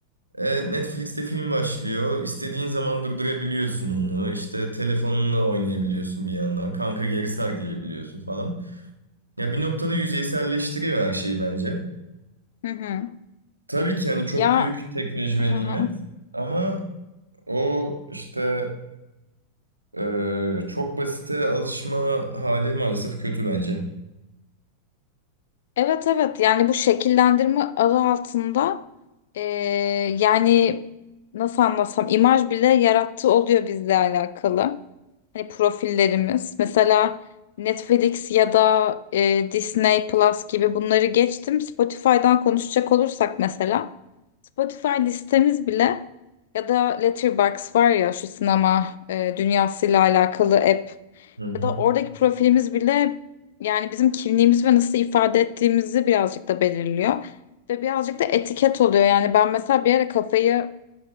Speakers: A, on the right; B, on the left.
A: E, Netflix'te film başlıyor. İstediğin zaman durdurabiliyorsun onu. İşte telefonunla oynayabiliyorsun bir yandan. Kanka geri sar diyebiliyorsun falan. Ya bir noktada yüzeyselleştiriyor her şeyi bence.
B: Hı hı.
A: Tabii ki hani çok
B: Ya
A: büyük teknoloji
B: hı
A: ve nimet
B: hı.
A: ama o işte e, çok basite alışma hali maalesef kötü bence.
B: Evet evet yani bu şekillendirme adı altında eee, yani nasıl anlatsam imaj bile yarattığı oluyor bizle alakalı. Hani profillerimiz mesela Netflix ya da eee, Disney Plus gibi bunları geçtim. Spotify'dan konuşacak olursak mesela Spotify listemiz bile ya da Letterboxd var ya şu sinema eee, dünyasıyla alakalı app
A: Hı hı.
B: ya da oradaki profilimiz bile yani bizim kimliğimiz ve nasıl ifade ettiğimizi birazcık da belirliyor. Ve birazcık da etiket oluyor. Yani ben mesela bir ara kafayı